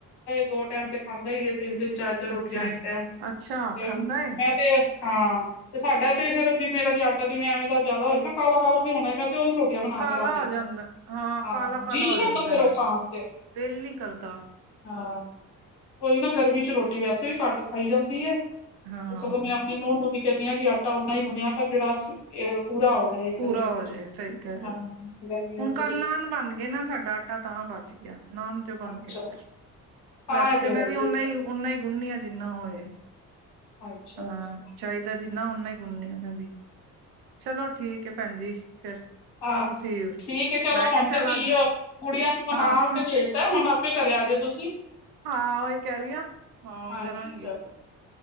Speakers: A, on the left; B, on the right.
A: ਦੋ ਟਾਈਮ ਤੇ ਖਾਂਦਾ ਈ ਏ। ਤਿੰਨ-ਤਿੰਨ, ਚਾਰ-ਚਾਰ ਰੋਟੀਆਂ
B: ਅੱਛਾ
A: ਇੱਕ ਟੈਮ ਤੇ,
B: ਅੱਛਾ ਖਾਂਦਾ ਏ
A: ਮੈਂ ਤੇ ਹਾਂ, ਤੇ ਸਾਡਾ ਤੇ ਫੇਰ ਜੇ ਮੇਰਾ ਜੇ ਆਟਾ ਜਿਵੇਂ ਐਵੇਂ ਤਾਂ ਜ਼ਿਆਦਾ ਹੋਏ ਨਾ, ਕਾਲਾ-ਕਾਲਾ ਵੀ ਹੋਣਾ, ਮੈਂ ਤੇ ਉਹਦੀ ਰੋਟੀ ਬਣਾ
B: ਕਾਲਾ
A: ਕੇ ਰੱਖ ਦਿੰਨੀ
B: ਹੋ ਜਾਂਦਾ
A: ਆ, ਹਾਂ
B: ਕਾਲਾ ਕਾਲਾ
A: ਜੀਅ
B: ਹੋ
A: ਨੀ ਕਰਦਾ
B: ਜਾਂਦਾ
A: ਫੇਰ
B: ਹੈ
A: ਉਹ ਖਾਣ ਤੇ।
B: ਦਿਲ ਨੀ ਕਰਦਾ।
A: ਹਾਂ, ਓਈ ਨਾ ਗਰਮੀ ਚ ਰੋਟੀ ਵੈਸੇ ਵੀ ਘਟ ਖਾਈ ਜਾਂਦੀ ਏ, ਤੇ
B: ਹਾਂ
A: ਸਗੋ ਮੈਂ ਆਪਣੀ ਨੂੰਹ ਨੂੰ ਵੀ ਕਹਿੰਦੀ ਆਂ ਕਿ ਆਟਾ ਓਨਾ ਹੀ ਗੁੰਨਿਆ ਕਰ, ਜਿਹੜਾ ਪੂਰਾ ਆਵੇ ਇਕ
B: ਪੂਰਾ
A: ਦਿਨ
B: ਹੋ
A: ਵਿੱਚ।
B: ਜਾਏ ਸਹੀ ਕਹਿ ਰਹੇ
A: ਹਾਂ
B: ਹੋ,
A: ਗਰਮੀਆਂ
B: ਹੁਣ
A: ਚ
B: ਕੱਲ
A: ਵੀ
B: ਨਾਨ ਬਣ ਗਏ ਨਾ ਸਾਡਾ ਆਟਾ ਤਾਂ ਬਚ ਗਿਆ। ਨਾਨ ਤੇ ਓਹ ਬਣ
A: ਅੱਛਾ
B: ਗਏ, ਫਿਰ ਵੈਸੇ
A: ਆਹ
B: ਤੇ ਮੈਂ
A: ਹੈ ਹੀ
B: ਵੀ ਓਨਾ
A: ਹੈ ਫਿਰ।
B: ਈ ਓਨਾ ਹੀ ਗੁੰਨਨੀਆਂ ਜਿੰਨਾ ਹੋਏ,
A: ਅੱਛਾ
B: ਹਾਂ
A: ਅੱਛਾ
B: ਚਾਹੀ ਦਾ ਜਿੰਨਾ ਓਨਾ ਹੀ ਗੁੰਨਨੀ ਆਂ ਮੈਂ ਵੀ, ਚਲੋ ਠੀਕ ਐ ਭੈਣ ਜੀ ਫਿਰ।
A: ਆਹ
B: ਤੁਸੀਂ
A: ਠੀਕ ਹੈ ਚਲੋ
B: ਮੈਂ ਕਿਹਾ
A: ਹੁਣ
B: ਚੱਲ
A: ਤੇ ਕੀ
B: ਅੱਜ,
A: ਹੋ ਗੁੜੀਆਂ ਨੇ ਮਨਾ
B: ਹਾਂ।
A: ਤੇ ਦੇਤਾ ਹੁਣ ਆਪੇ ਕਰਿਆ ਜੇ ਤੁਸੀਂ
B: ਹਾਂ ਉਹੀ ਕਹਿ ਰਹੀ ਆਂ, ਹਾਂ
A: ਹਾਂਜੀ
B: ਕਰਾਂਗੀ।
A: ਚਲੋ